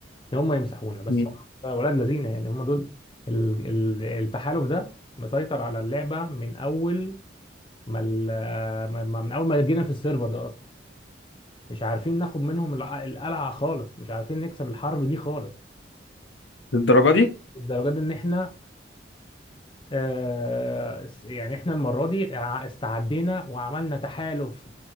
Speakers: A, on the left; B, on the left.
A: يعني هم يمسحونا بس
B: مم.
A: هم ولاد لذينه يعني هم دول ال- ال- التحالف ده مسيطر على اللعبه من اول ما ال- ما- ما- من اول ما جينا في السيرفر ده اصلا مش عارفين ناخد منهم الع- القلعه خالص مش عارفين نكسب الحرب دي خالص
B: الدرجة دي
A: الدرجات ان احنا آه، س- يعني احنا المره دي ع- استعدينا وعملنا تحالف